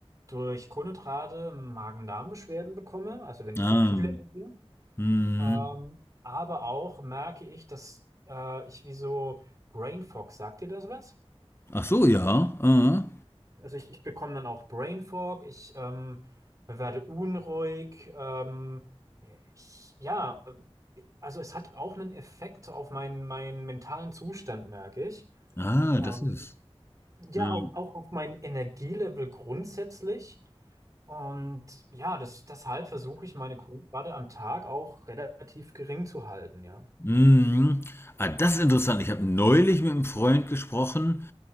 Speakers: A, on the right; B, on the left.
A: durch Kohlenhydrate Magen-Darm-Beschwerden bekomme, also wenn ich
B: Ah,
A: zu viele esse.
B: mhm.
A: Ähm, aber auch merke ich, dass äh, ich wie so Brain Fog, sagt dir das was?
B: Ach so, ja. Ah,
A: Also ich, ich bekomme dann auch Brain Fog, ich ähm, werde unruhig, ähm, ich, ja, also es hat auch einen Effekt auf meinen, meinen mentalen Zustand, merke ich.
B: ah
A: Ähm,
B: das ist.
A: ja,
B: Mhm.
A: auch, auch auf mein Energielevel grundsätzlich. Und ja, das, deshalb versuche ich meine Kohlenhydrate am Tag auch relativ gering zu halten, ja.
B: Mhm. Ah, das ist interessant. Ich habe neulich mit einem Freund gesprochen,